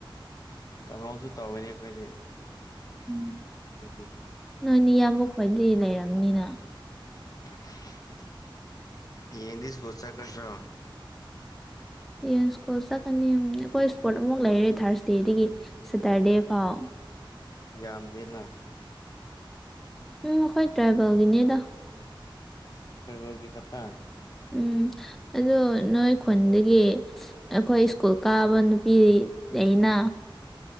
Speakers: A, on the left (about 45°); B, in the centre.
A: ꯀꯥꯡꯉꯧꯁꯨ ꯇꯧꯋꯤꯅꯦ ꯑꯩꯈꯣꯏꯗꯤ꯫
B: ꯎꯝ
A: ꯗꯨꯒꯤ
B: ꯅꯣꯏꯅꯦ ꯏꯌꯥꯝꯕ ꯈꯣꯏꯗꯤ ꯂꯩꯔꯝꯅꯤꯅ꯫
A: <inaudible> ꯌꯦꯗꯤꯁꯀꯣ ꯆꯆꯥ ꯀꯗ꯭ꯔꯣ
B: ꯌꯥꯏꯁ꯭ꯀꯨꯜ ꯆꯠꯀꯅꯤ ꯑꯩꯈꯣꯏ ꯏꯁꯄꯣꯠ ꯑꯃꯨꯛ ꯂꯩꯔꯦ ꯊꯥꯔꯁꯗꯦꯗꯒꯤ ꯁꯦꯇꯔꯗꯦ ꯐꯥꯎ꯫
A: ꯌꯥꯝꯗꯦꯅꯥ
B: ꯎꯝ ꯑꯩꯈꯣꯏ ꯇ꯭ꯔꯥꯏꯕꯦꯜꯒꯤꯅꯦꯗ
A: ꯐꯦꯕꯋꯥꯒꯤ ꯈꯇꯥ
B: ꯎꯝ ꯑꯣ ꯅꯣꯏ ꯈꯨꯟꯗꯒꯤ ꯑꯩꯈꯣꯏ ꯁ꯭ꯀꯨꯜ ꯀꯥꯕ ꯅꯨꯄꯤ ꯂꯩꯅ꯫